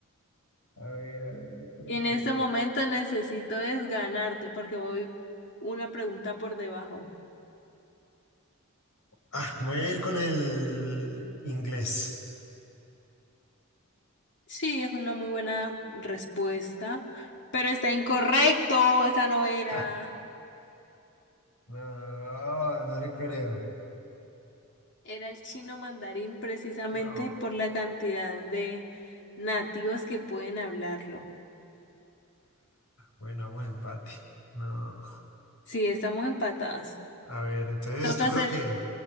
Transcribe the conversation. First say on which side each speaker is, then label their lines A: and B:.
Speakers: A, on the left; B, on the left.
A: A ver, a ver, yo creo
B: Y en
A: que...
B: este momento necesito desganarte porque voy una pregunta por debajo.
A: Ah, me voy a ir con el inglés.
B: Sí, es una muy buena respuesta, pero está incorrecto, esa no era.
A: Ja. No, no le creo.
B: Era el chino mandarín precisamente
A: No.
B: por la cantidad de nativos que pueden hablarlo.
A: Bueno, buen empate. No.
B: Sí, estamos empatadas.
A: A ver, entonces
B: Toca
A: yo creo
B: hacer.
A: que